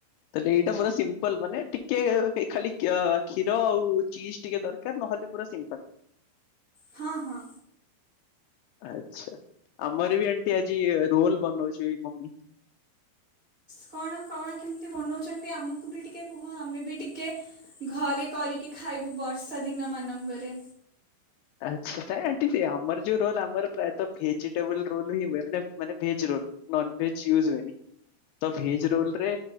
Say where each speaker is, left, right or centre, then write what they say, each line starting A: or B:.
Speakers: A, on the left (about 80°); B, on the right (about 85°).
A: ତାହେଲେ ଏଇଟା ପୁରା ସିମ୍ପଲ ମାନେ ଟିକେ ଖାଲି କ୍ଷୀର ଆଉ ଚିଜ ଟିକେ ଦରକାର ନହେଲେ ପୁରା ସିମ୍ପଲ।
B: ହଁ ହଁ।
A: ଆଚ୍ଛା ଆମର ବି ଆଣ୍ଟି ଆଜି ରୋଲ ବନଉଛି ମମୀ।
B: କଣ କଣ କେମିତି ବନଉଛନ୍ତି ଆମକୁ ବି ଟିକେ କୁହ ଆମେ ବି ଟିକେ ଘରେ କରିକି ଖାଇବୁ ବର୍ଷ ବର୍ଷା ଦିନ ମାନଙ୍କରେ।
A: ଆଛା ନଁ ଆଣ୍ ଆମର ଯୋଉ ରୋଲ ଆମର ପ୍ରାୟତ ଭେଜିଟେବଲ ରୋଲ ହ ହୁଏ ମାନେ ମାନେ ଭେଜ ରୋଲ ନାଂଭେଜ ଇୟୁଜ ହୁଅନିତ ଭେଜ ରୋଲ ରେ